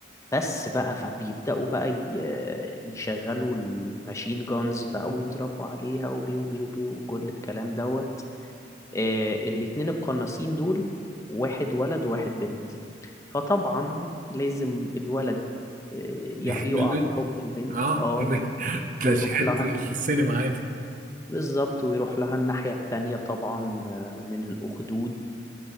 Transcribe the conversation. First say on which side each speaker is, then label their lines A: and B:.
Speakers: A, on the left; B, on the right.
A: بس بقى فبيبدأوا بقى ي- يشغلوا الماشين جونز بقى ويضربوا عليها وبيو بيو بيو وكل الكلام دوت آه، الاتنين القناصين دول واحد ولد وواحد بنت فطبعا لازم الولد آه، ي-
B: بيحب
A: يقع
B: البنت
A: في حب البنت
B: اه
A: اه
B: طب <laughs> كلاشيهات
A: ويروح لها
B: السينما
A: ال-
B: عادي
A: بالظبط ويروح لها الناحية التانية طبعا آه، من الأخدود